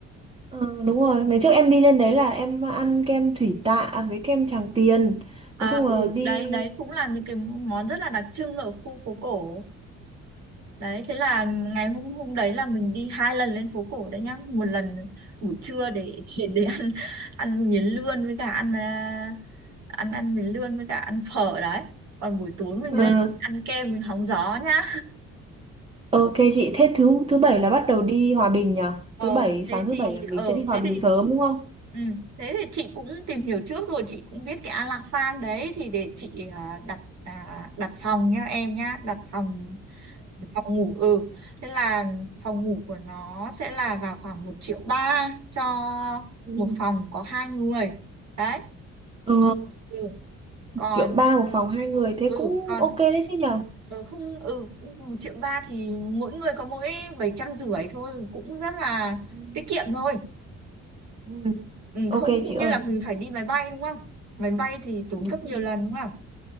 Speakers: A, on the right; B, on the right.
A: ờ, đúng rồi, ngày trước em đi lên đấy là em ăn kem Thủy Tạ với kem Tràng Tiền. Nói
B: À,
A: chung
B: ừ,
A: là đi
B: đấy đấy cũng là những cái món rất là đặc trưng ở khu phố cổ đấy thế là ngày hôm hôm đấy là mình đi hai lần lên phố cổ đấy nhá một lần buổi trưa để để, để ăn ăn miến lươn với cả ăn à, ăn ăn miến lươn với cả ăn phở đấy còn buổi tối mình
A: ờ,
B: lên ăn kem mình hóng gió nhá
A: ok chị, thế thứ thứ bảy là bắt đầu đi Hòa Bình nhỉ?
B: Ờ,
A: Thứ bảy sáng
B: thế thì
A: thứ bảy là mình
B: ờ
A: sẽ đi Hòa
B: thế
A: Bình
B: thì
A: sớm đúng không?
B: ừ, thế thì chị cũng tìm hiểu trước rồi chị cũng biết cái Alasan đấy thì để chị à, đặt à, đặt phòng nhá em nhá đặt phòng phòng ngủ ừ thế là phòng ngủ của nó sẽ là vào khoảng một triệu ba cho
A: Ừ.
B: một phòng có hai người đấy
A: Ờ,
B: ừ.
A: một
B: còn
A: triệu ba một phòng hai người thế
B: ừ
A: cũng
B: còn
A: ok đấy chứ nhỉ?
B: ờ, không ừ một triệu ba thì mỗi người có mỗi bảy trăm rưỡi thôi cũng rất là
A: Ừ.
B: tiết kiệm thôi
A: ừ.
B: ừ,
A: Ok
B: không cũng
A: chị ơi.
B: như là mình phải đi máy bay đúng không máy bay thì tốn
A: Đúng.
B: gấp nhiều lần đúng không